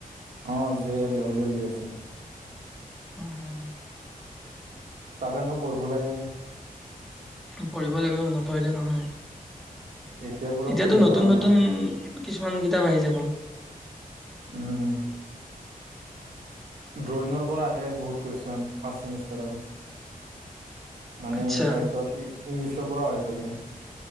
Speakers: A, on the right; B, in the centre.
A: অঁ জে এল ডাব্লিউ বুলি আছে
B: উ হু
A: তাৰ কাৰনেও পঢ়িব লাগে
B: পঢ়িব লাগিব নপঢ়িলে নহয়
A: এতিয়াৰ পৰা
B: এতিয়াতো
A: পঢ়িলে
B: নতুন
A: ভাল
B: নতুন
A: মানে
B: কিছুমান কিতাপ আহি যাব
A: উম ড্ৰয়িঙৰ পৰা আহে বহুত কুৱেশ্যন ফাৰ্ষ্ট চেমিষ্টাৰৰ মানে
B: আচ্ছা
A: তাৰ পিছত ইংলিছৰ পৰা হয় চাগে